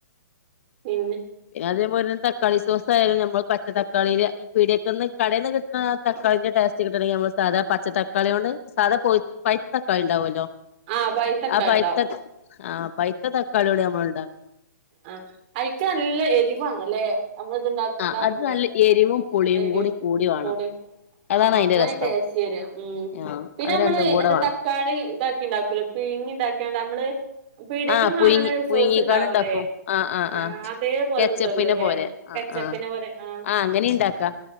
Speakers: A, on the right; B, on the left.
A: പിന്നെ
B: പിന്നെ അതേപോലെ തന്നെ തക്കാളി സോസ ആയാലും നമ്മ പച്ച തക്കാളിയില് ഈ പിടിയൊക്ക ഒന്ന് കടയിൽന്ന് കിട്ടണ ആ തക്കാളിന്റെ ടേസ്റ്റ് കിട്ടണെങ്കിൽ നമ്മള് സാധാ പച്ച തക്കാളിയോണ്ട് സാധാ പോയി പൈത്ത തക്കാ ഉണ്ടാവല്ലോ
A: ആ പൈത്തൊക്കെ
B: ആ പൈത്ത
A: ഉണ്ടാവും
B: ആ പൈ അ തക്കളിയൊണ്ട് നമൾണ്ടാക്കും
A: ആഹ് ഐക്ക് നല്ല എരിവാണ് അല്ലെ നമ്മള ഇത്ണ്ട
B: ആ
A: ഇതാക്കുമ്പളെ
B: അത് നല്ല എരിവും
A: താക്ക
B: പുളിയും കൂടി
A: രി
B: കൂടി വേണം
A: കൂട് ആഹ്
B: അതാണ് അയിന്റെ
A: അപ്പള
B: രസം
A: അതിൻ്റെ ടേസ്റ്റ് വര ഉം
B: ആ
A: പിന്നെ
B: അത്
A: നമ്മള്
B: രണ്ടും കൂടെ
A: എന്താ
B: വേണം
A: ത ക്കാളി ഇതാക്കി ഉണ്ടാക്കൂല പിന്നെ പിയിങ്ങി ഇതാക്കിയാണ്ട് നമ്മള് പീടിയേക്ക്ന്ന്
B: ആഹ് പുയുങ്ങി
A: വാങ്ങണ
B: പുയുങ്ങിക്കാണ്ട്
A: സോസ് ഉണ്ടാവൂലേ
B: ണ്ടാക്കും ആഹ് ആഹ്
A: ആ
B: ആഹ്
A: അതേപോലെ
B: കച്ചപ്പിനെ
A: കിട്ടുവല്ലോല്ലേ
B: പോലെ ആ
A: കെച്ചപ്പിനെ
B: ആഹ്
A: പോലെ ആ
B: ആഹ് അങ്ങനെുണ്ടാക്കാ